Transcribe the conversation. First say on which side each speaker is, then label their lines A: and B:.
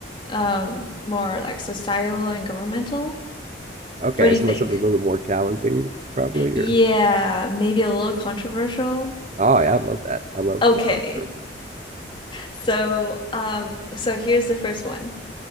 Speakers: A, on the left (about 25°); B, on the right (about 40°).
A: um, more like societal and governmental.
B: Okay,
A: What do
B: so
A: you think?
B: you want something a little bit more challenging, probably,
A: Yeah,
B: or
A: maybe a little controversial.
B: oh yeah, I'd love that. I love
A: Okay.
B: a little controversy.
A: So, um, so here's the first one.